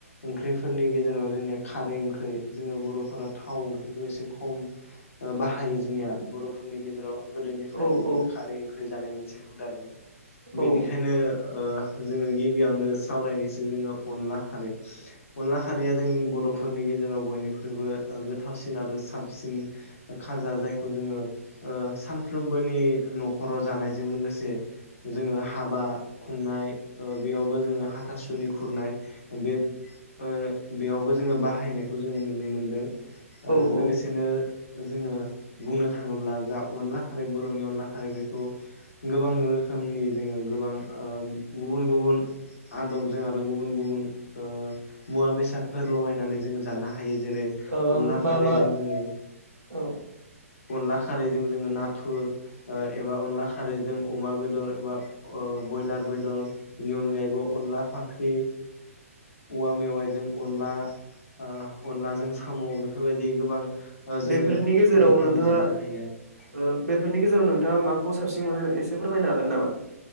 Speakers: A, on the left; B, on the right.
A: ओंख्रिफोरनि गेजेराव जोंनिया खारै ओंख्रि जोङो बर'फोरा थाव ओंख्रिखौ एसे खम ओ बाहायो जोंनिया बर'फोरनि गेजेराव गोदोनिफ्रायनो
B: औ
A: जोङो
B: औ
A: खारै ओंख्रै जानाय मोनसे हुदा दोङो
B: औ
A: बेनिखायनो ओ जोङो गिबियावनो सावरायनोसो जोङो अनला खारै
B: <inaudible>
A: अनला खारैया जों बड'फोरनि गेजेराव बयनिख्रुइबो ओ गोथावसिन आरो साबसिन खाजा जायखौ जोङो ओ सानफ्रोमबोनि न'खराव जानायजों लोगोसे जोङो हाबा खुंनाय ओ बेयावबो जोङो हाथासुनि खुरनाय बे ओ बेयावबो जोङो बाहायनायखौ जोङो नुनो मोनदों ओ
B: औ
A: लोगोसेनो
B: औ
A: जोङो बुंनो थाङोब्ला जा अनला खारै बर'नि अनला खारै बेखौ गोबां रोखोम नि जोङो गोबां ओ गुबुन गुबुन आदबजों आरो गुबुन गुबुन ओ मुवा बेसादफोर लगायनानै जोङो जानो हायो जेरै अनला
B: ओ मा
A: खारैजों
B: मा
A: जोङो
B: औ
A: अनला खारैजों जोङो ना थुर ओ एबा अन्ला खारैजों अमा बेदर एबा ओ बयलखर बेदर अनगायैबो अनला फाख्रि औवा मेवाइजों अनला ओ अनलाजों साम' बे फोरबायदि गोबां ओ जोङो
B: बेफोरनि गेजेराव
A: रोखोमनि
B: नोंथाङा
A: जानो हायो आरो
B: ओ बेफोरनि गेजेराव नोंथाङा माखौ साबसिन मोनो एसे फोरमायनो हागोन नामा